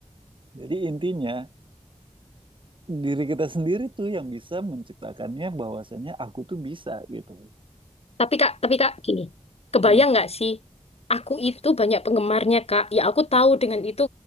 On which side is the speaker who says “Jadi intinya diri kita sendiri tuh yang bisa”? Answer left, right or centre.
Right